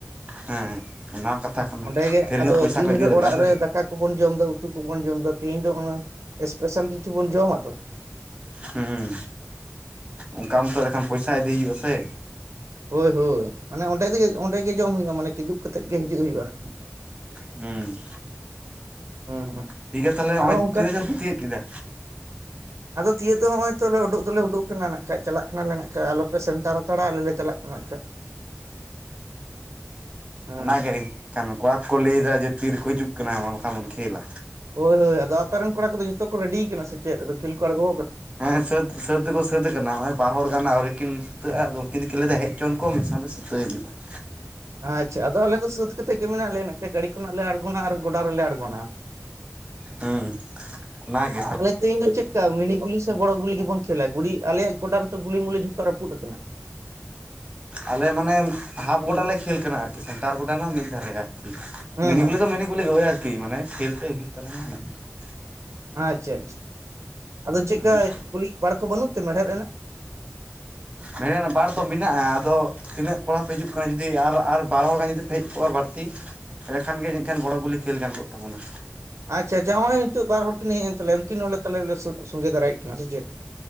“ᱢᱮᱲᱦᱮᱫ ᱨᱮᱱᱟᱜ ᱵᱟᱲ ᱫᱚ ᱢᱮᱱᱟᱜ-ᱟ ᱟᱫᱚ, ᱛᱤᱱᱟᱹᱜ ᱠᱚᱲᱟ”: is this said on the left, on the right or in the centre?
Right